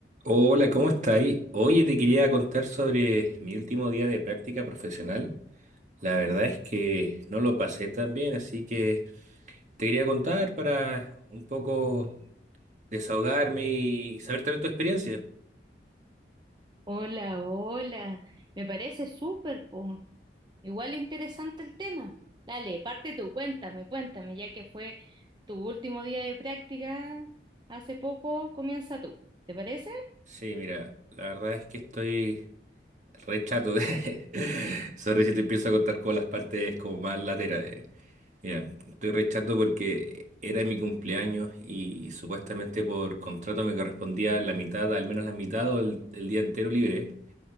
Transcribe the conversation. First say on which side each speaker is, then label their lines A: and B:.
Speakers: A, on the right; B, on the right.
A: Hola, ¿cómo estáis? Oye, te quería contar sobre mi último día de práctica profesional. La verdad es que no lo pasé tan bien, así que te quería contar para un poco desahogarme y saber también tu experiencia.
B: Hola, hola. Me parece súper, po. Igual interesante el tema. Dale, parte tú, cuéntame, cuéntame, ya que fue tu último día de práctica hace poco, comienza tú. ¿Te parece?
A: Sí, mira, la verdad es que estoy re chato de... <laughs> Sorry si te empiezo a contar con las partes como más laterales. Mira, estoy re chato porque era mi cumpleaños y supuestamente por contrato me correspondía la mitad, al menos la mitad o el, el día entero libre.